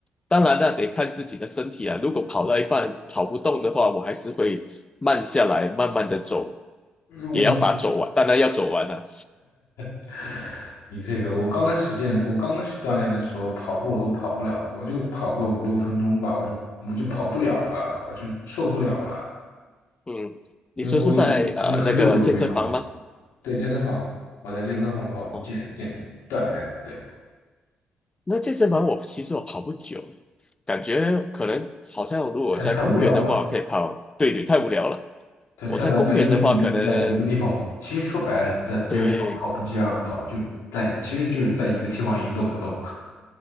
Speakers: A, on the left; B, on the left.
A: 当然那得看自己的身体啊。如果跑到一半跑不动的话，我还是会慢下来，慢慢的走，
B: 嗯我
A: 也要把它走完，当然要走完了、
B: <laughs> 你这个，我刚开始健，我刚开始锻炼的时候，跑步我都跑不了，我就跑个五六分钟吧，我就我就跑不了了，我就受不了了，
A: 嗯，你说是在呃那个健身房吗？
B: 因为我已因为很久没有运动了。对，健身房，我在健身房跑步健健锻炼，
A: 哦。
B: 对，
A: 那健身房我其实我跑不久，感觉可能好像如果在公园的话，
B: 太太无聊了，
A: 我可以跑。对对，太无聊了。
B: 太太单调，
A: 我在公园的话，
B: 因为你一直在一个地方，
A: 可能
B: 其实说白了，你在健身房跑步机上跑，
A: 对
B: 就在其实就是在一个地方一动不动。